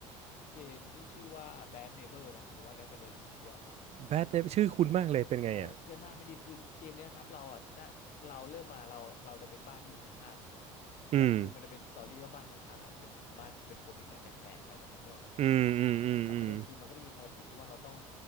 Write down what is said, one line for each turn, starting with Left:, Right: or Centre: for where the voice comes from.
Left: เกมที่ชื่อว่า Bad Neighbor นะผมว่าเนี้ยเป็นอะไรที่สุดยอดมากอะ
Right: แบทชื่อคุณมากเลยเป็นไงอ่ะ
Left: ใช่เพื่อนบ้านไม่ดีคือเกมเนี้ยครับเราอ่ะนะเราเริ่มมาเราเราจะเป็นบ้านที่อยู่ข้างๆแล้วคือมันจะเป็นสตอรี่ว่าบ้านข้างๆอ่ะเป็นบ้านเป็นคนนิสัยแปลกๆอะไรแบบเนี้ยนึกออกไหมครับ
Right: อืมอืมอืมอืมอืม
Left: แล้วประเด็นคือมันก็จะมีภารกิจที่ว่าเราต้อง